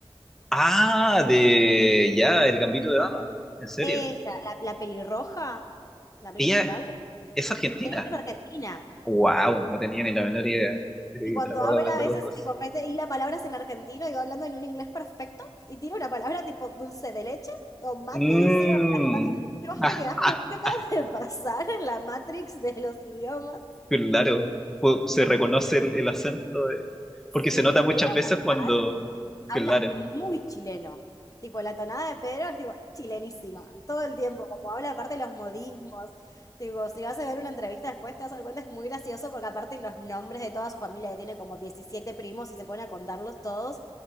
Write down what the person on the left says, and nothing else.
Ella, la, la pelirroja, la principal,
creo.
Ella es argentina.
Y cuando
habla
a veces,
tipo, mete y la palabras en argentino y va hablando en un inglés perfecto y tira una palabra tipo dulce de leche o mate
y sigue hablando. Y vos
te quedás como, ¿qué acaba de pasar en la Matrix de los idiomas?
Sí,
Pedro
Pascal.
Habla
muy chileno. Tipo, la tonada de Pedro es tipo chilenísima, todo el tiempo, como habla aparte los modismos. Tipo, si vas a ver una entrevista después, te vas a dar cuenta, es muy gracioso porque aparte los nombres de toda su familia, que tiene como 17 primos y se ponen a contarlos todos.